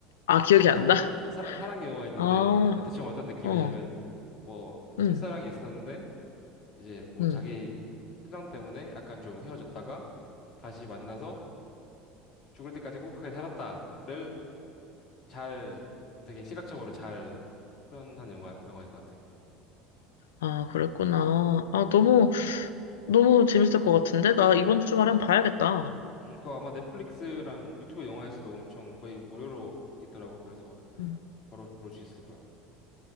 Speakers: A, on the left; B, on the left.
A: 아, 기억이
B: <laughs>
A: 안 나? <laughs>
B: 사랑 사랑 영화였는데
A: 아,
B: 아, 대충 어떤 느낌이냐면
A: 어,
B: 뭐
A: 음,
B: 첫사랑이 있었는데 이제 뭐
A: 음.
B: 자기 사정 때문에 약간 좀 헤어졌다가 다시 만나서 죽을 때까지 행복하게 살았다를 잘, 좀 되게 시각적으로 잘 표현한 영화, 영화인 것 같아.
A: 아, 그랬구나. 아, 너무 너무 재밌을 것 같은데? 나 이번 주말에 한번 봐야겠다.
B: 음, 그거 아마 넷플릭스랑 유튜브 영화에서도 엄청 거의 무료로 있더라고. 그래서
A: 음.
B: 바로 볼 수 있을 거야.